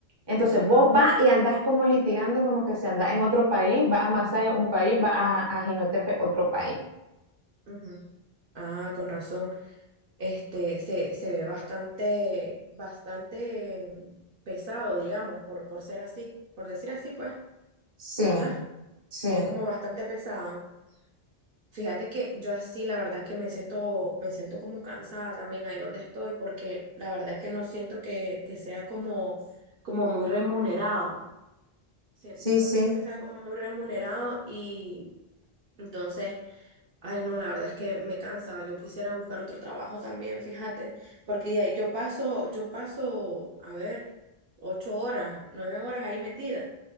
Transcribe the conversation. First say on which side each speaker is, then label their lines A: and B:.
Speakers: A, on the right (about 30°); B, on the right (about 65°).
A: Entonces
B: Ajá,
A: vos
B: ajá.
A: vas y andás como litigando como que si andás en otro país, vas a Masaya un país, vas a, a Jinotepe otro país.
B: Ujú. Ah, con razón. Este, se, se ve bastante, bastante mm, pesado, digamos, por, por ser así, por decir así, pues,
A: Sí,
B: ¿verdad?
A: sí,
B: Se ve como bastante pesado. Fíjate que yo así, la verdad que me siento, me siento como cansada también ahí donde estoy, porque la verdad es que no siento que, que sea como, como muy remunerado. Si-
A: sí,
B: No
A: sí.
B: siento que sea como muy remunerado y entonces... Ay, no, la verdad es que me cansa. Yo quisiera buscar otro trabajo también, fíjate, porque ahí yo paso, yo paso, a ver, ocho horas, nueve horas ahí metida.